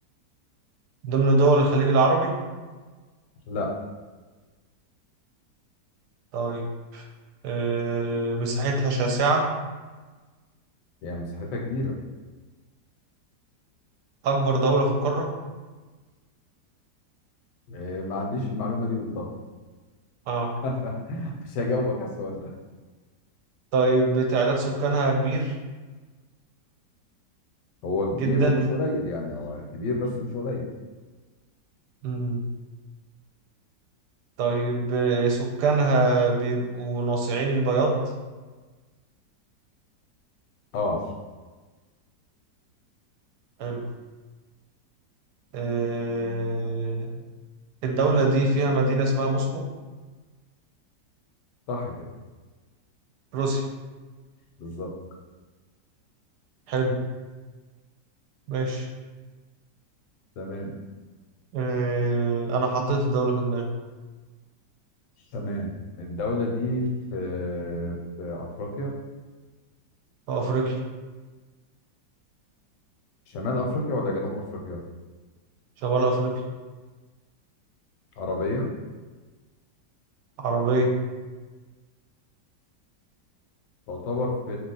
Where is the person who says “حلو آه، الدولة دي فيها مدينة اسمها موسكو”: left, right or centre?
Right